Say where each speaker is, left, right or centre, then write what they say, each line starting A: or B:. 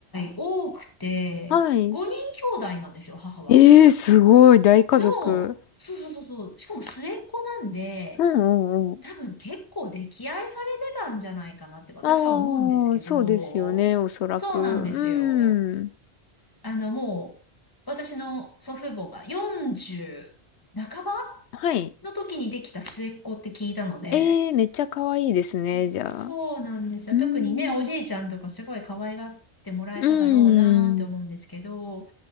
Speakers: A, on the left; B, on the left.
A: 弟多くて、
B: はい。
A: 5人兄弟なんですよ、母は。
B: ええすごい、大家族。
A: の、そうそうそうそう、しかも末っ子なんで、
B: うんうん
A: 多分結構溺愛されてたんじゃないかなって私は思うんですけど、
B: ああ、そうですよね、おそらく。
A: そうなんですよ。
B: うん。
A: あの、もう、私の祖父母が40半ば
B: はい。
A: の時にできた末っ子って聞いたので、
B: ええ、めっちゃ可愛いですね、じゃあ。
A: そうなんですよ。
B: うん。
A: 特にね、おじいちゃんとかすごい可愛がってもらえただろうなって思うんですけど、
B: うん。